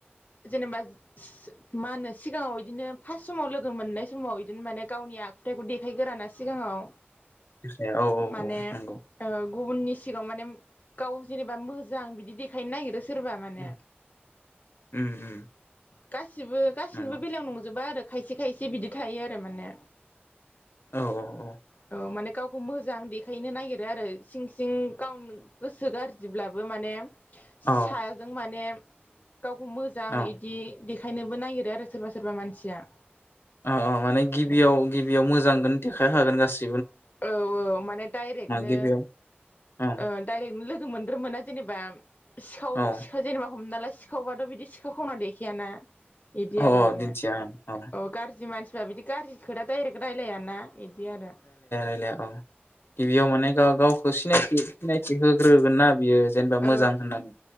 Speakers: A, on the left; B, on the left.
A: जेनेबा मा होनो सिगाङाव इदिनो फार्स्ट समाव लोगो मोननाय समाव इदिनो माने गावनि आख आखुथाइखौ देखायगोराना सिगाङाव
B: औ औ औ
A: माने
B: नंगौ
A: ओ गुबुननि सिगाङाव माने गाव जेनेबा मोजां बिदि देखायनो नागिरो सोरबा माने।
B: उम उम उम।
A: गासिबो गासिनिबो
B: नंगौ
A: बेलायाव नंजोबा आरो खायसे खायसे बिदि थायो आरो माने।
B: औ औ औ।
A: औ माने गावखौ मोजां देखायनो नागिरो आरो सिं सिं गावनो गोसो गाज्रि। जेब्लाबो माने साजों
B: औ
A: माने गावखौ मोजां
B: औ
A: इदि देखायनोबो नागिरो आरो सोरबा सोरबा मानसिया
B: औ औ माने गिबियाव
A: औ
B: गिबियाव मोजां देखाय हागोन गासिब
A: औ औ माने डाइरेक्टनो
B: गिबियाव औ
A: ओ डाइरेक्टनो लो लोगो मोनद्रोमोना जेनेबा सिखाव
B: औ
A: सिखा जेनेबा हमना ला सिखावबाथ' बिदि सिखाव खावना देखायाना। इदि
B: अ
A: आरो माने
B: दिन्थिया ओं औ
A: अ गाज्रि मानसि बा बिदि गाज्रि खोथा डाइरेक्ट रायलायाना इदि आरो।
B: लाया औ गिबियाव माने गाव गावखौ सिनायथि सिनायथि होग्रोगोन ना बियो। जेनेबा
A: औ
B: मोजां होननानै